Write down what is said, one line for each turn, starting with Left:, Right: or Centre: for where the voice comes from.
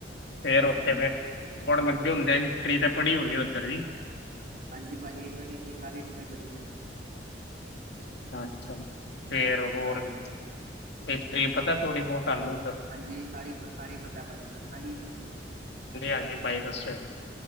Left: ਫਿਰ
Right: ਹਾਂਜੀ
Left: ਉੱਥੇ
Right: ਹਾਂਜੀ
Left: ਫਿਰ ਬਡ ਲੱਗੇ ਹੁੰਦੇ ਹਿਸਟਰੀ ਤੇ ਪੜ੍ਹੀ ਹੋਣੀ ਉੱਧਰ ਦੀ
Right: ਹਾਂਜੀ ਭਾਅਜੀ, ਪੜ੍ਹੀ ਸੀ ਸਾਰੀ ਹਿਸਟਰੀ ਪੜੀ।
Left: ਅੱਛਾ ਜੀ, ਫੇਰ ਹੋਰ
Right: ਹਾਂਜੀ
Left: ਹਿਸਟਰੀ ਪਤਾ ਥੋੜ੍ਹੀ ਬਹੁਤ ਤਾਨੂੰ
Right: ਹਾਂਜੀ, ਸਾਰੀ ਸਾਰੇ ਪਤਾ ਭਾਜੀ ਦੱਸਾਂਗੀ।
Left: ਹਾਂਜੀ, ਹਾਂਜੀ। ਭਾਈ ਦੱਸੋ।